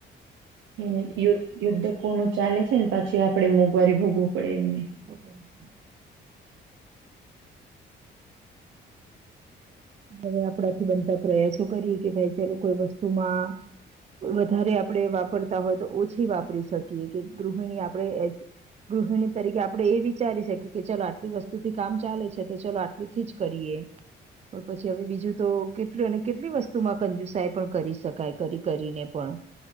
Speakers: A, on the right; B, on the right.
A: હમ યુદ્ધ યુદ્ધ કોનું ચાલે છે ને પછી આપડે મોંઘવારી ભોગવું પડે એમ
B: હવે હવે આપણાથી બનતા પ્રયાસો કરીએ કે ભાઈ ચાલ કોઈ વસ્તુમાં વધારે આપણે વાપરતા હોય તો ઓછી વાપરી શકીએ કે ગૃહિણી આપણે ગૃહિણી તરીકે આપણે એ વિચારી શકીએ કે ચાલ આટલી વસ્તુથી કામ ચાલે છે તો ચાલ આટલી થી જ કરીએ. પછી હવે બીજું તો કેટલું અને કેટલી વસ્તુમાં કંજુસાય પણ કરી શકાય કરી કરીને પણ